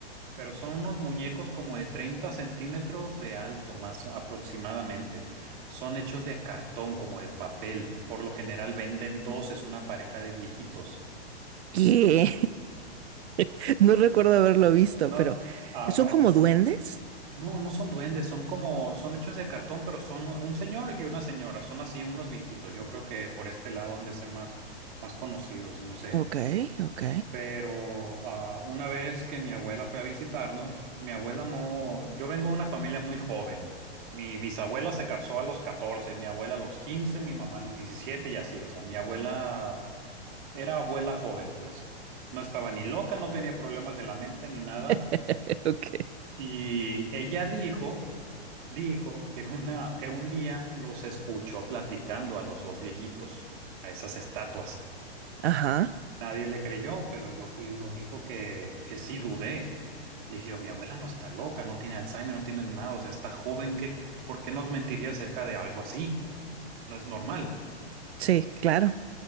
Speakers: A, on the right; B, on the right.
A: pero son unos muñecos como de 30 centímetros de alto, más o- aproximadamente. Son hechos de cartón, como de papel. Por lo general venden dos, es una pareja de viejitos.
B: ¿Qué? <laughs> No recuerdo haberlo visto,
A: No,
B: pero
A: ah,
B: son
A: bueno.
B: como duendes.
A: No, no son duendes, son como, son hechos de cartón, pero son un señor y una señora. Son así unos viejitos. Yo creo que por este lado han de ser más, más conocidos, no sé.
B: Ok, ok.
A: Pero ah, una vez que mi abuela fue a visitarnos, mi abuela no, yo vengo de una familia muy joven. Mi bisabuela se casó a los 14, mi abuela a los 15, mi mamá a los 17 y así. O sea, mi abuela era abuela joven, pues. No estaba ni loca, no tenía problemas de la mente ni nada.
B: <laughs> Ok.
A: Y ella dijo, dijo que una, que un día los escuchó platicando a los dos viejitos, a esas estatuas.
B: Ajá.
A: Nadie le creyó, pero yo fui el único que, que sí dudé. Dije, yo, mi abuela no está loca, no tiene Alzheimer, no tiene nada, o sea, está joven, que, ¿por qué nos mentiría acerca de algo así? No es normal.
B: Sí, claro.